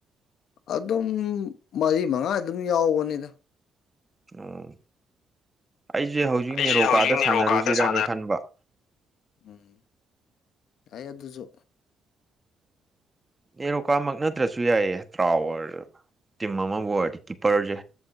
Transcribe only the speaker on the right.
ꯑꫭ ꯑꯩꯁꯦ ꯍꯧꯖꯤꯛ
ꯅꯦꯔꯣꯀꯥꯗ
ꯁꯥꯟꯅꯔꯨꯁꯤꯔꯅ
ꯈꯟꯕ
ꯅꯦꯔꯣꯀꯥꯃꯛ ꯅꯠꯇ꯭ꯔꯁꯨ ꯌꯥꯏꯌꯦ ꯇ꯭ꯔꯥꯎ ꯑꯣꯏꯔꯖꯨ ꯇꯤꯝ ꯑꯃꯕꯨ ꯑꯣꯏꯔꯗꯤ ꯀꯤꯞꯄꯔꯖꯦ